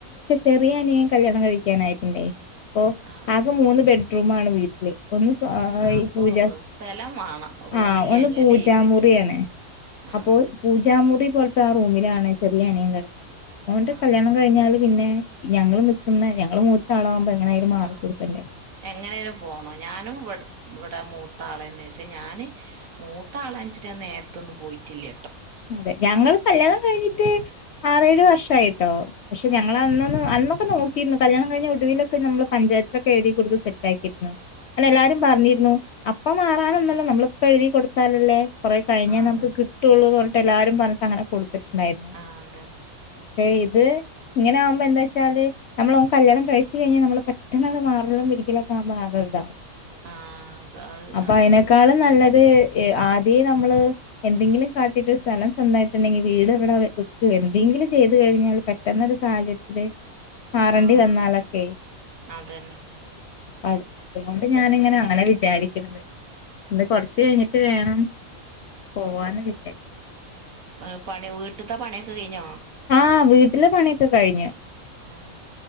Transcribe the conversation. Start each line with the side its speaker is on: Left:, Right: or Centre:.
Left: ചെറിയ അനിയൻ കല്ല്യാണം കഴിക്കാനായിട്ടുണ്ടേ. അപ്പൊ
Right: ആഹ്
Left: ആകെ മൂന്ന് ബെഡ്റൂമാണ് വീട്ടില്. ഒന്ന് സ്വാ യി
Right: അപ്പൊ
Left: പൂജാ.
Right: സ്ഥലം വാണം റൂമില്ലാഞ്ഞാലേ
Left: ആഹ് ഒന്ന് പൂജാമുറിയാണ്.
Right: പറ്റൂല ആഹ്
Left: അപ്പോൾ പൂജ ആ മുറി പോൽത്താ റൂമിലാണ് ചെറിയ അനിയൻ കെട്ക്ക. ഓന്റെ
Right: ആഹ്
Left: കല്യാണം കഴിഞ്ഞാല് പിന്നെ ഞങ്ങള് നിക്ക്‌ന്നെ ഞങ്ങള് മൂത്താളാവുമ്പോ എങ്ങനായാലും മാറി
Right: ആഹ്
Left: ക്കൊടുക്കണ്ടേ.
Right: എങ്ങനെയാലും പോണം. ഞാനും ഇവ്ട് ഇവടെ മൂത്താളന്നെ. ക്ഷെ ഞാന് മൂത്താളാൻ ച്ചിട്ട് ഞാൻ നേര്ത്തൊ ന്നും പോയ്ട്ടില്ല.
Left: അതെ ഞങ്ങള് കല്യാണം കഴിഞ്ഞിട്ട് ആറേഴ് വർഷായിട്ടോ പക്ഷെ
Right: ആഹ്
Left: ഞങ്ങൾ അന്നൊന്നും അന്നൊ ക്കെ നോക്കിര്ന്നു കല്യാണം കഴിഞ്ഞ ഒടുവിലൊക്കെ നമ്മള് പഞ്ചായത്തിലൊക്കെ എഴുതി കൊടുത്തു സെറ്റാക്കിയിരുന്നു അല്ല എല്ലാരും
Right: ആഹ്
Left: പറഞ്ഞിരുന്നു അപ്പം മാറാനൊന്നല്ല നമ്മളിപ്പോ എഴുതി കൊടുത്താലല്ലേ കൊറെ കഴിഞ്ഞേ
Right: അത
Left: നമുക്ക് കിടട്ടൊള്ളൂന്ന് പറഞ്ഞിട്ട് എല്ലാരും പറഞ്ഞിട്ട് അങ്ങനെ കൊടുത്തിട്ടുണ്ടായിരുന്നു.
Right: ആഹ് അതെ
Left: ശേ യിത് ഇങ്ങനാവുമ്പോ എന്താച്ചാല് നമ്മള് ഓൻ കല്യാണം കഴിച്ച് കഴിഞ്ഞാ നമ്മള് പെട്ടന്നാണ്ട് മാറലും പിടിക്കലും ഒക്കാവുമ്പോ ആകൊ രിതാ.
Right: ആഹ് അത് അത്
Left: അപ്പ
Right: അതന്നെ
Left: അയ്നേക്കാളും
Right: അതന്നെ
Left: നല്ലത് ഏഹ് ആദ്യേ നമ്മള് എന്തെങ്കിലും കാ ട്ടീട്ട് ഒരു സ്ഥലം സ്വന്തായിട്ടുണ്ടെങ്കി വീട് വടെ വെ വെക്ക്വേ എന്തെങ്കിലും ചെയ്തു കഴിഞ്ഞാൽ പെട്ടന്നൊരു സാഹചര്യത്തില് മാറണ്ടി
Right: ആഹ്
Left: വന്നാലൊക്കേയ്
Right: അതന്നെ
Left: അത് തുകൊണ്ട് ഞാനിങ്ങനെ അങ്ങനെ വിചാരിക്ണത്. ഇന്ന് കൊറച്ച് കഴിഞ്ഞിട്ട് വേ ണം പോവാന്ന് വിചാരിക്ക്ണ്.
Right: അഹ് പണി വീട്ട്ത്ത പണിയൊക്കെ കഴിഞ്ഞോ?
Left: ആഹ് വീട്ടിലെ പണിയൊക്കെ കഴിഞ്ഞ്.
Right: ആഹ്